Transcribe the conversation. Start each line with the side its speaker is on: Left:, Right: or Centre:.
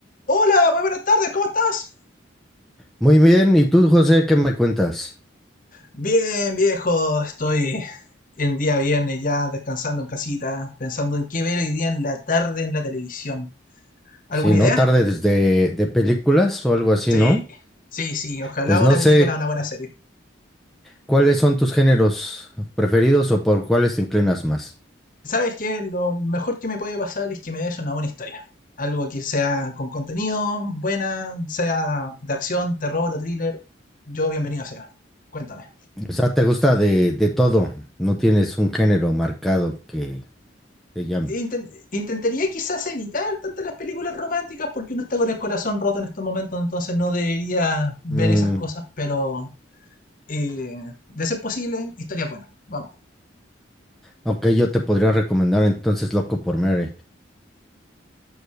Left: Hola, muy buenas tardes, ¿cómo estás?
Centre: Muy bien, ¿y tú, José, qué me cuentas?
Left: Bien, viejo, estoy en día viernes ya descansando en casita, pensando en qué ver hoy día en la tarde en la televisión. ¿Alguna
Centre: Si no
Left: idea?
Centre: tardes de, de películas o algo así,
Left: Sí,
Centre: ¿no?
Left: sí, sí, ojalá
Centre: Pues no
Left: una
Centre: sé
Left: película o una buena serie.
Centre: cuáles son tus géneros preferidos o por cuáles te inclinas más.
Left: ¿Sabes qué? Lo mejor que me puede pasar es que me des una buena historia. Algo que sea con contenido, buena, sea de acción, terror o thriller. Yo bienvenido sea. Cuéntame.
Centre: O sea, te gusta de, de todo, no tienes un género marcado que te llame.
Left: inten- intentaría quizás evitar tantas las películas románticas porque uno está con el corazón roto en estos momentos, entonces no debería ver
Centre: Mm,
Left: esas cosas, pero eh, de ser posible, historias buenas. Vamos.
Centre: ok, yo te podría recomendar entonces Loco por Mary.